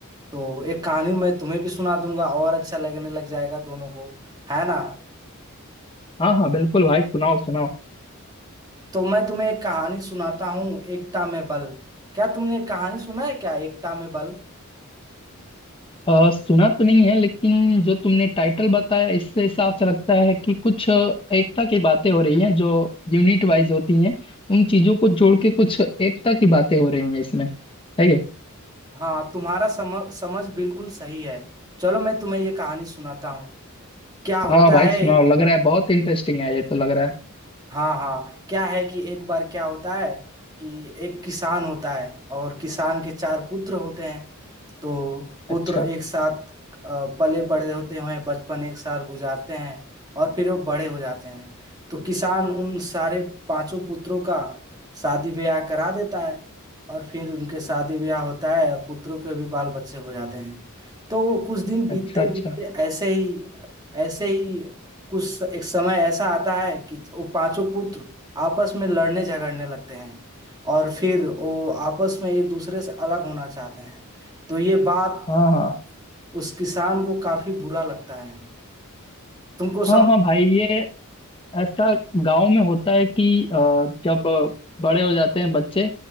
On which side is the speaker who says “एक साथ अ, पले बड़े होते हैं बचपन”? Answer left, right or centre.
Right